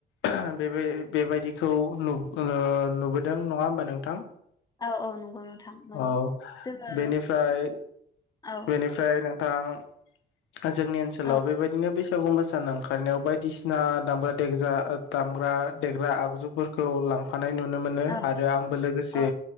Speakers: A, on the left; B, on the left.
A: आहा बेबाय बेबायदि थौ लुब ओ लुबोदों नङा होमबा नोंथां?
B: औ औ नंगौ नोंथां नोंगौ।
A: औ
B: जोङो
A: बेनिफ्राय
B: औ
A: बेनिफ्राय नों <unintelligible> जोंनि ओनसोलाव
B: औ
A: बेबायदिनो बै सागु मोसानो ओंखारनायाव बायदिसिना दामग्रा देगजा दामग्रा देग्रा आगजुफोरखौ लांफा नाय नुनो मोनो
B: औ
A: आरो आंबो लोगोसे
B: औ